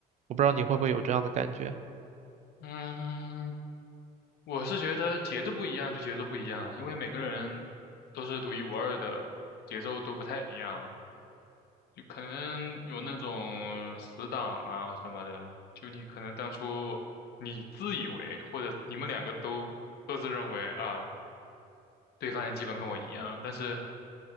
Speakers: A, on the right; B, on the left.
A: 我不知道你会不会有这样的感觉。
B: 嗯，我是觉得节奏不一样就节奏不一样啊，因为每个人都是独一无二的，节奏都不太一样，就可能有那种死党啊什么的，就你可能当初你自以为或者你们两个都各自认为啊，对方基本跟我一样，但是